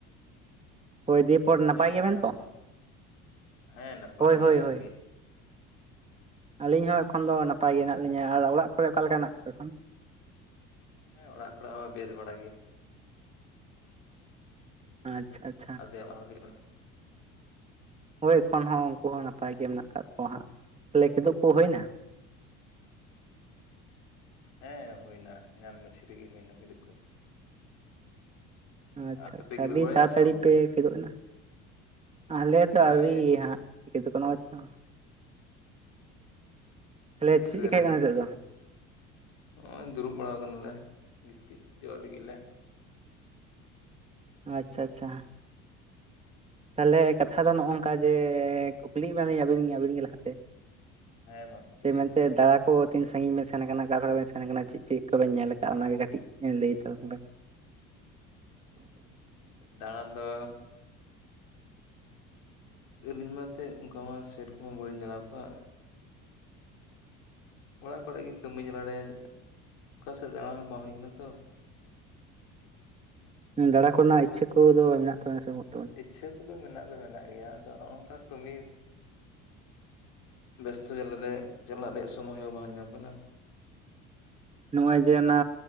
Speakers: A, on the right (about 20°); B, on the left (about 75°).
A: ᱦᱳᱭ ᱫᱤᱭᱮᱯᱚᱨ ᱱᱟᱯᱟᱭ
B: ᱟᱸᱡᱚᱢ ᱧᱟᱢᱚᱜ
A: ᱜᱮᱭᱟᱵᱱ
B: ᱠᱟᱱᱟ
A: ᱛᱚ?
B: ᱱᱤᱛᱚᱜ ᱦᱮᱸ ᱱᱟᱯᱟᱭ
A: ᱦᱳᱭ
B: ᱜᱮ
A: ᱦᱳᱭ
B: ᱟᱵᱮᱱ
A: ᱦᱳᱭ
B: ᱜᱮ
A: ᱟᱹᱞᱤᱧ ᱦᱚᱸ ᱮᱠᱷᱚᱱ ᱫᱚ ᱱᱟᱯᱟᱭ ᱜᱮ ᱦᱮᱱᱟᱜ ᱞᱤᱧᱟᱹ ᱟᱨ ᱚᱲᱟᱜ ᱠᱚᱨᱮ ᱚᱠᱟ ᱞᱮᱠᱟ ᱦᱮᱱᱟᱜ ᱠᱚᱣᱟ ᱮᱠᱷᱚᱱ?
B: ᱦᱮᱸ ᱚᱲᱟᱜ ᱠᱚᱨᱮ ᱦᱚᱸ ᱵᱮᱥ ᱵᱟᱲᱟ ᱜᱮ᱾
A: ᱟᱪᱪᱷᱟ ᱟ
B: <unintelligible>
A: ᱦᱳᱭ ᱮᱠᱷᱚᱱ ᱦᱚᱸ ᱩᱝᱠᱩ ᱦᱚᱸ ᱱᱟᱯᱟᱭ ᱜᱮ ᱢᱮᱱᱟᱜ ᱠᱟᱜ ᱠᱚᱣᱟ ᱦᱟᱸᱜ, ᱛᱟᱦᱞᱮ ᱠᱤᱫᱩᱜ ᱠᱚ ᱦᱩᱭᱳᱱᱟ?
B: ᱦᱮᱸ ᱦᱩᱭ ᱮᱱᱟᱱ ᱢᱟᱹᱪᱷᱤ ᱨᱮᱜᱮ ᱦᱩᱭᱱᱟ ᱠᱤᱫᱩᱜ ᱠᱩ᱾
A: ᱟᱪᱪᱷᱟ
B: ᱟᱯᱮ
A: ᱟᱪᱪᱷᱟ
B: ᱯᱮ ᱠᱤᱫᱩᱵ
A: ᱟᱹᱰᱤ
B: ᱵᱟᱲᱟᱭᱮᱱᱟ
A: ᱛᱟᱛᱟᱹᱲᱤ
B: ᱥᱮ ᱵᱟᱝ
A: ᱯᱮ ᱠᱮᱫᱚᱜ ᱮᱱᱟ, ᱟᱞᱮ ᱫᱚ
B: ᱦᱮᱸ
A: ᱟᱹᱣᱨᱤ ᱦᱟᱸᱜ᱾ <unintelligible> ᱱᱚᱜᱼᱚᱭ ᱛᱚ᱾ ᱛᱟᱦᱚᱞᱮ
B: ᱩᱥᱟᱹᱨᱟ
A: ᱪᱮᱫ ᱪᱤᱠᱟᱹᱭ ᱦᱩᱭᱩᱜ ᱠᱟᱱᱟ
B: ᱜᱮ
A: ᱱᱤᱛᱚᱜ
B: ᱱᱚᱜᱼᱚᱭ ᱫᱩᱲᱩᱵ ᱵᱟᱲᱟ ᱠᱟᱱᱟᱞᱮ᱾ ᱜᱤᱛᱤᱡ ᱡᱚᱜ ᱞᱟᱹᱜᱤᱫ ᱞᱮ᱾
A: ᱟᱪᱪᱷᱟ ᱟᱪᱪᱷᱟ ᱛᱟᱦᱞᱮ
B: ᱪᱮᱫ
A: ᱠᱟᱛᱷᱟ
B: ᱯᱮ ᱪᱤᱠᱟᱹ
A: ᱫᱚ ᱱᱚᱜᱼᱚᱝᱠᱟ ᱡᱮ, ᱠᱩᱠᱞᱤ ᱢᱮᱭᱟᱵᱤᱱ ᱟᱹᱵᱤᱱ ᱟᱵᱤᱱ ᱜᱮ ᱞᱟᱦᱟᱛᱮ᱾
B: ᱦᱮᱸ ᱢᱟ ᱠᱩᱞᱤᱭ
A: ᱪᱮ ᱢᱮᱱᱛᱮ
B: ᱵᱮᱱ
A: ᱫᱟᱬᱟ ᱠᱚ ᱛᱤᱱ ᱥᱟᱺᱜᱤᱧ ᱵᱮᱱ ᱥᱮᱱ ᱠᱟᱱᱟ ᱚᱠᱟ ᱠᱚᱨᱮ ᱵᱮᱱ ᱥᱮᱱ ᱠᱟᱱᱟ ᱪᱮᱫ ᱪᱮᱫ ᱠᱚᱵᱮᱱ ᱧᱮᱞ ᱟᱠᱟᱫ ᱚᱱᱟᱜᱮ ᱠᱟᱹᱴᱤᱡ ᱞᱟᱹᱭ ᱛᱟᱵᱚᱱ ᱵᱮᱱ?
B: ᱫᱟᱬᱟᱱ ᱫᱚ ᱟᱹᱞᱤᱧ ᱢᱟ ᱮᱛᱮᱜ ᱚᱝᱠᱟ ᱢᱟ ᱥᱮᱨᱚᱠᱚᱢᱟ ᱵᱟᱹᱞᱤᱧ ᱫᱬᱟᱣ ᱠᱟᱜ᱾ ᱚᱲᱟᱜ ᱠᱚᱨᱮᱜ ᱜᱮ ᱠᱟᱹᱢᱤ ᱡᱟᱞᱟ ᱨᱮ ᱚᱠᱟ ᱥᱮᱜ ᱫᱟᱬᱟ ᱦᱚᱸ ᱵᱟᱝ ᱦᱩᱭ ᱠᱟᱱᱟ ᱛᱚ᱾
A: ᱚᱸ ᱫᱟᱬᱟ ᱠᱚᱨᱮᱱᱟᱜ ᱤᱪᱷᱟᱹ ᱠᱚᱫᱚ ᱢᱮᱱᱟᱜ ᱛᱟᱵᱮᱱᱟ ᱥᱮ ᱵᱟᱝ?
B: ᱤᱪᱷᱟᱹ ᱠᱚᱫᱚ ᱢᱮᱱᱟᱜ ᱫᱚ ᱢᱮᱱᱟᱜ ᱜᱮᱭᱟ, ᱟᱫᱚ ᱦᱚᱸᱜᱼᱚᱝᱠᱟ ᱠᱟᱹᱢᱤ ᱵᱮᱥᱛᱚ ᱡᱟᱞᱟ ᱨᱮ ᱪᱟᱞᱟᱜ ᱨᱮᱭᱟᱜ ᱥᱳᱢᱚᱭ ᱦᱚᱸ ᱵᱟᱝ ᱧᱟᱢ ᱠᱟᱱᱟ᱾
A: ᱱᱚᱜᱼᱚᱭ ᱡᱮ ᱚᱱᱟ